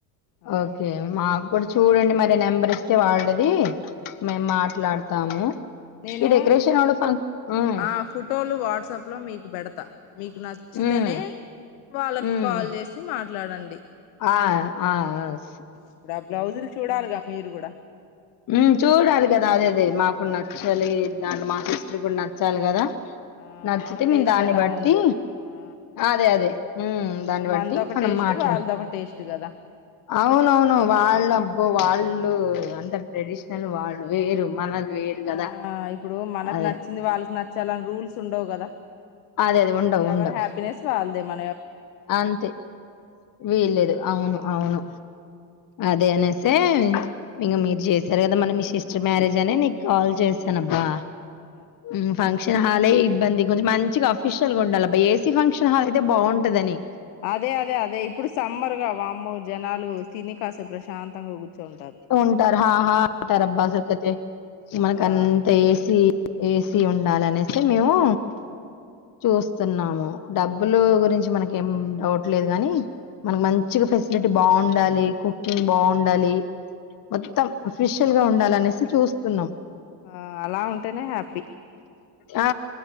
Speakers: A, on the left; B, on the left.
A: ఆ
B: ఓకే. మాకు కూడా చూడండి మరి నెంబర్ ఇస్తే వాళ్ళది మేము మాట్లాడతాము
A: నేను
B: ఈ డెకరేషన్ వాళ్ళు ఫం హ్మ్.
A: ఆ ఫోటోలు వా వాట్సాప్ లో మీకు పెడతా మీకు నచ్చితేనే
B: హ్మ్.
A: వాళ్ళకు
B: హ్మ్.
A: కాల్ చేసి మాట్లాడండి
B: ఆ ఆజు
A: ఇప్పుడు ఆ బ్లౌజులు చూడాలి గా మీరు గూడ
B: హ్మ్ చూడాలి గదా అదే అదే మాకు నచ్చాలి దాంట్ మా సిస్టర్ గుడ్ నచ్చాలి గదా
A: ఆ
B: నచ్చితే
A: ఆమె
B: మేము
A: టేస్ట్
B: దాన్ని
A: ఎలా
B: బట్టి
A: ఉందో ఆ
B: అదే అదే హ్మ్
A: ఇప్పుడు
B: దాన్ని బట్టి
A: మనదొక
B: మనం
A: టేస్ట్
B: మాట్లా
A: వాళ్ళదొక టేస్ట్ కదా
B: అవునుఅవును వాళ్ళు అబ్బో వాళ్ళు కు అంతట్ ట్రెడిషనల్ వాళ్లు వేరు కదా
A: ఆ ఇప్పుడు మనకు
B: అదే
A: నచ్చింది వాళ్ళకు నచ్చాలని రూల్స్ ఉండవు గదా
B: అదే అదే ఉండవు ఉండవు
A: ఎవరి హ్యాపీనెస్ వాళ్ళది మ
B: అంతే వీల్లేదు అవును అవును అదే అనేసే ఇంగా మీరు చేశారు గదా మన మీ సిస్టర్ మ్యారేజ్ అని నీకు కాల్ చేసాను అబ్బా
A: ఆ
B: ఉం ఫంక్షన్ హాలే ఇబ్బంది కొంచెం మంచిగా అఫీషియల్ గా ఉండాలి అబ్బా ఏసీ ఫంక్షన్ హాల్ అయితే బాగుంటది అని
A: అదే అదే అదే ఇప్పుడు సమ్మర్ గా వామ్మో జనాలు తిని కాసేపు ప్రశాంతంగా కూర్చోంటారు
B: ఉంటారు హాహా ఉంటారు అబ్బా స కతే మనకంత
A: ఆ
B: ఏసి ఏసి ఉండాలి అనేసే మేము చూస్తున్నాము డబ్బులు గురించి మనకు ఏం డౌట్ లేదు గానీ మనకు మంచిగా ఫెసిలిటీ బాగుండాలి కుకింగ్ బాగుండాలి మొత్తం అఫిషియల్ గా ఉండాలి అనేసి చూస్తున్నాం
A: ఆ అలా ఉంటేనే హ్యాపీ
B: ఆ